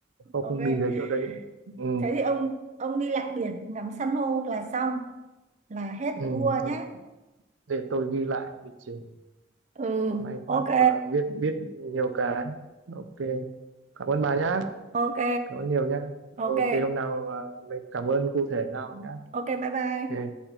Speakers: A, on the right (about 80°); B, on the right (about 40°).
A: không
B: ok
A: không đi cái chỗ đấy nữa ừ
B: thế thì ông ông đi lặn biển ngắm san hô là xong là hết
A: ừ
B: tour nhé
A: để, để tôi ghi lại lịch trình
B: ừ
A: may
B: ok
A: quá các bà biết biết nhiều cái ok cảm ơn bà nhá
B: ok
A: cảm ơn nhiều nhá
B: ok
A: ok hôm nào à, mình cảm ơn cụ thể sau nhá
B: ok bye bye
A: ok